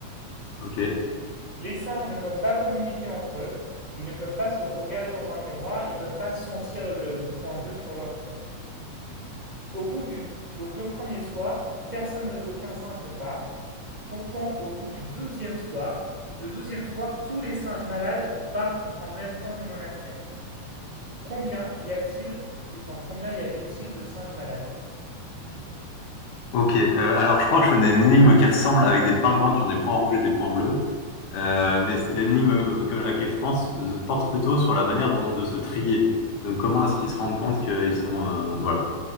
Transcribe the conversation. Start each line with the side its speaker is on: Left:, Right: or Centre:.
Left: ok,
Right: Les singes ne peuvent pas communiquer entre eux, ils ne peuvent pas se regarder dans un miroir, ils ne peuvent pas sentir le point bleu sur leur front. Au bout du donc le premier soir, personne aucun singe ne part. Pourtant au bout du douzième soir, le douzième soir, tous les singes malades partent en même temps du monastère. Combien y a-t-il enfin combien y avait-il de singes malades
Left: ok. Euh, alors, je crois que je connais une énigme qui ressemble avec des pingouins qui ont des points rouges et des points bleus. Euh, mais c'est- l'énigme euh, que- à laquelle je pense euh, porte plutôt sur la manière dont, de se trier. Donc, comment est-ce qu'ils se rendent compte qu'ils sont... euh, voilà.